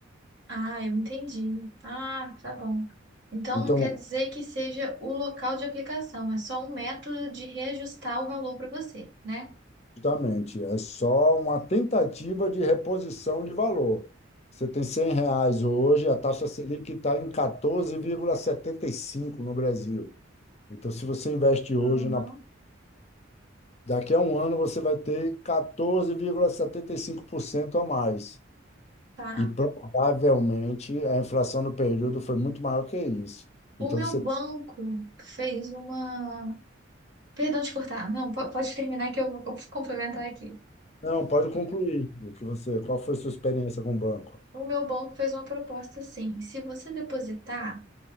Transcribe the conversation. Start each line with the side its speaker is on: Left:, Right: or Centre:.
Right: Ah, eu entendi. Ah, tá bom. Então
Left: Então,
Right: não quer dizer que seja o local de aplicação, é só um método de reajustar o valor para você, né?
Left: Justamente, é só uma tentativa de reposição de valor. Você tem 100 reais hoje, a taxa Selic está em 14,75 no Brasil. Então, se você investe hoje
Right: Uhum.
Left: na bolsa, daqui a um ano você vai ter 14,75% a mais.
Right: Tá.
Left: E provavelmente a inflação no período foi muito maior que isso.
Right: O
Left: Então
Right: meu
Left: você.
Right: banco fez uma. Perdão de cortar. Não, po- pode terminar que eu vou co- complementar aqui.
Left: Não, pode concluir o que você. Qual foi sua experiência com o banco?
Right: O meu banco fez uma proposta assim: se você depositar